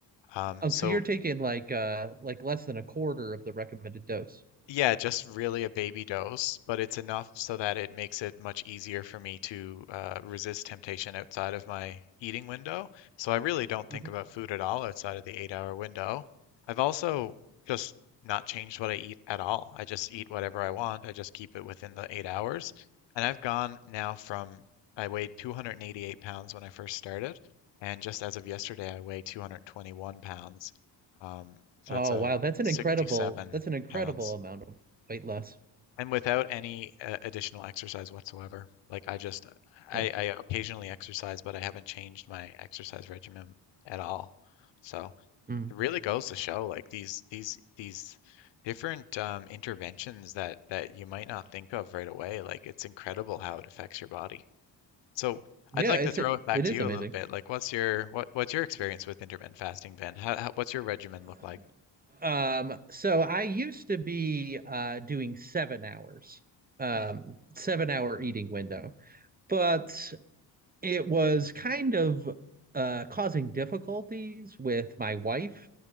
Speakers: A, on the left; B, on the right.
A: Um,
B: Oh,
A: so
B: so you're taking like uh like less than a quarter of the recommended dose.
A: Yeah, just really a baby dose, but it's enough so that it makes it much easier for me to uh, resist temptation outside of my eating window. So I really don't think
B: Mhm.
A: about food at all outside of the eight hour window. I've also just not changed what I eat at all. I just eat whatever I want. I just keep it within the eight hours. And I've gone now from, I weighed 288 pounds when I first started. And just as of yesterday, I weigh 221 pounds. Um, so
B: Oh,
A: that's a
B: wow, that's an
A: 67
B: incredible that's an incredible
A: pounds
B: amount of weight loss.
A: and without any uh, additional exercise whatsoever. Like I just, I,
B: No.
A: I occasionally exercise, but I haven't changed my exercise regimen at all. So
B: Mm.
A: it really goes to show, like these these these different um, interventions that that you might not think of right away. Like it's incredible how it affects your body. So
B: Yeah,
A: I'd like
B: it's
A: to throw
B: it,
A: it back
B: it
A: to
B: is
A: you
B: amazing.
A: a little bit. Like, what's your what what's your experience with intermittent fasting, Ben? How, how what's your regimen
B: Uh,
A: look like?
B: no. Um, so I used to be uh doing seven hours, um,
A: Hmm,
B: seven hour eating window. But it was kind of uh, causing difficulties with my wife,